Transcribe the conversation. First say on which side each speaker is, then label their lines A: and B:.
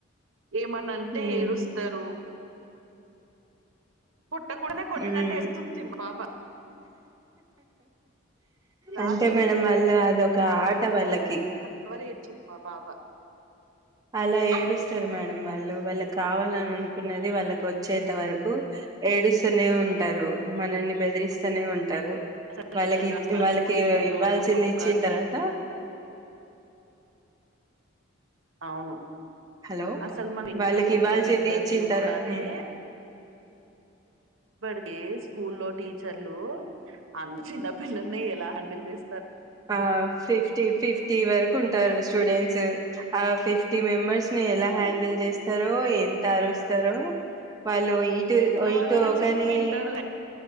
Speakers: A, on the right (about 75°); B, on the right (about 20°).
A: ఏమన్నా అంటే
B: ఉమ్
A: ఏడుస్తారు కుట్టకుడనే కొట్టినట్టు
B: ఉమ్
A: చేస్తుంది మా పాప రాత్రి
B: అంతే మేడం వాళ్ళు అదొక ఆట వాళ్ళకి
A: తవరే ఏడ్చింది మా పాప
B: అలా ఏడుస్తారు మేడం వాళ్ళు వాళ్ళకి కావాలని అనుకున్నది వాళ్ళకి వచ్చేంత వరకు ఏడుస్తూనే ఉంటారు మనల్ని బెదిరిస్తూనే ఉంటారు
A: అసలు
B: వాళ్ళకి
A: నిజంగా మనము
B: వాళ్ళకి
A: ఇంట్లో
B: ఇవ్వాల్సింది
A: ఒక ఒకరిని
B: ఇచ్చిన తర్వాత
A: అవును
B: హలో
A: అసలు మన ఇంట్లో
B: వాళ్ళకి
A: ఒక్కరిని,
B: ఇవ్వాల్సింది
A: ఇద్దరిని
B: ఇచ్చిన
A: చూసుకోవడానికే
B: తర్వా
A: పడితే స్కూల్లో టీచర్లు అంత చిన్న పిల్లల్ని ఎలా హ్యాండిల్ చేసి
B: ఆ ఫిఫ్టీ ఫిఫ్టీ వరకు ఉంటారు స్టూడెంట్స్ ఆ ఫిఫ్టీ మెంబర్స్ ని ఎలా
A: అవును.
B: హ్యాండిల్ చేస్తారో ఎంత అరుస్తారో వాళ్ళు ఇటు
A: పెద్దవాళ్ళన్నా
B: ఇటు ఒకానీ
A: చెప్తే వింటారు.